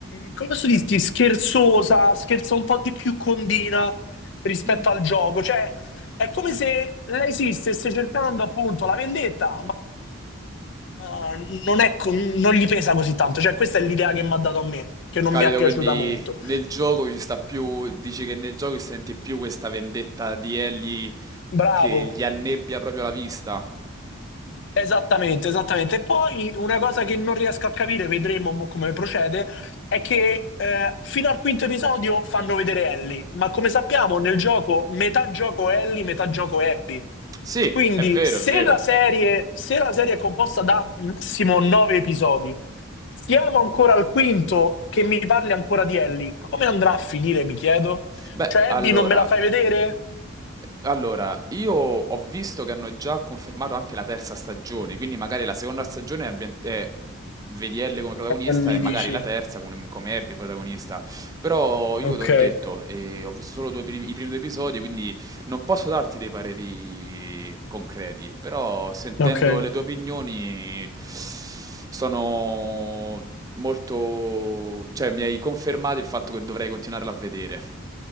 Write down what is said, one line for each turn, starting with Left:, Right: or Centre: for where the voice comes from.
Left: come posso dirti, scherzosa, scherza un po' di più condina rispetto
Right: Mh.
Left: al gioco, cioè... È come se lei sì, stesse cercando appunto la vendetta, eh, non è co- non gli pesa così tanto. Cioè, questa è l'idea che mi ha dato a me, che non
Right: Capita
Left: mi è piaciuta
Right: quindi
Left: molto.
Right: nel gioco ci sta più dici che nel gioco senti più questa vendetta di Ellie
Left: Bravo,
Right: che gli annebbia proprio la vista.
Left: Esattamente, esattamente. E poi una cosa che non riesco a capire, vedremo mo come procede, è che eh, fino al quinto episodio fanno vedere Ellie, ma come sappiamo nel gioco metà gioco Ellie, metà gioco Abby.
Right: Sì,
Left: Quindi
Right: è vero,
Left: se
Right: è vero.
Left: la serie, se la serie è composta da massimo nove episodi, siamo ancora al quinto che mi parli ancora di Ellie, come andrà a finire, mi chiedo?
Right: Beh,
Left: Cioè
Right: allora
Left: Abby non me la fai vedere?
Right: Allora, io ho visto che hanno già confermato anche la terza stagione, quindi magari la seconda stagione è, ambient- è vedi Elle come protagonista
Left: Ellie
Right: e magari
Left: dici.
Right: la terza con- come Abby protagonista. Però io
Left: Ok,
Right: t'ho detto, eh, ho visto solo due primi- i primi due episodi, quindi non posso darti dei pareri concreti, però sentendo
Left: ok.
Right: le tue opinioni sono molto... cioè mi hai confermato il fatto che dovrei continuarla a vedere.